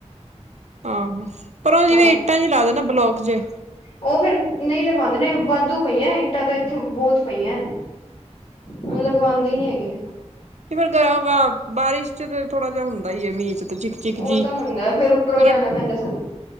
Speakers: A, on the right; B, on the left.
A: ਆਹੋ ਪਰ ਉਹ ਜਿਵੇਂ
B: ਹਾਂ
A: ਇੱਟਾਂ 'ਚ ਲਾ ਦੇ ਨਾ ਬਲੋਕ ਜੇ
B: ਉਹ ਫਿਰ ਨਹੀਂ ਲਗਵਾਉਂਦੇ ਨੇ ਵਾਧੂ ਪਈਆਂ ਇੱਟਾਂ ਤਾਂ ਇੱਥੇ ਬਹੁਤ ਪਈਆਂ। ਉਹ ਲਗਵਾਉਂਦੇ ਨ ਹੈਗੇ।
A: ਇਹ ਪਰਰ ਘਰ ਬਬ <unintelligible> ਬਾਰਿਸ਼ 'ਚ ਤਾਂ ਥੋੜਾ ਜਿਹਾ ਹੁੰਦਾ ਹੀ ਹੈ ਮੀਂਹ ਤੇ ਚਿਕ -ਚਿਕ
B: ਉਹ
A: ਜਿਹੀ
B: ਤਾਂ ਹੁੰਦਾ ਫੇਰ ਉੱਪਰੋਂ
A: ਫਰ
B: ਜਾਣਾ ਪੈਂਦਾ ਸਾਨੂੰ